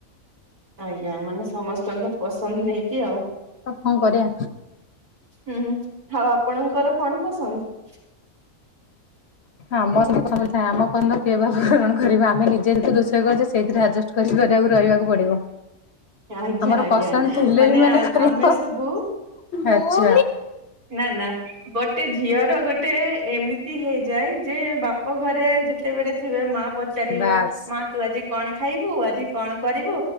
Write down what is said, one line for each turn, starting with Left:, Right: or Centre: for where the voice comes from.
Right: ଆଜ୍ଞା ମାନେ ସମସ୍ତଙ୍କର ପସନ୍ଦ ନେଇକି ଆଉ।
Left: ଆଉ କଣ କରିବା
Right: ହୁଁ ଆଉ ଆପଣଙ୍କର? କଣ ପସନ୍ଦ?
Left: ଆମର ସନ୍ଦ ଥାଏ ଆମ କଣ କିଏ ବା ପୂରଣ କରିବ, ଆମେ ନିଜେ ନିଜେ ଦୋଷ କହୁଚି ସେଇଥିରେ ଆଡ଼ଜଷ୍ଟ କରିକି ରହିବାକୁ ପଡିବ।
Right: ଆଜ୍ଞା
Left: ଆମର
Right: ଆଜ୍ଞା
Left: ପସନ୍ଦ ଥିଲେ
Right: ମାନେ
Left: ବି
Right: ଆ
Left: କରିବ।
Right: ଆମେ ସବୁ
Left: ଆଚ୍ଛା।
Right: ନା ନା ଗୋଟେ ଝିଅର ଗୋଟେ ଏମିତି ହେଇଯାଏ ଯେ ବାପ ଘରେ ଯେତେବେଳେ ଥିବେ ମା ପଚାରିବେ
Left: ବାସ୍
Right: ମା ତୁ ଆଜି କଣ ଖାଇବୁ ଆଜି କଣ କରିବୁ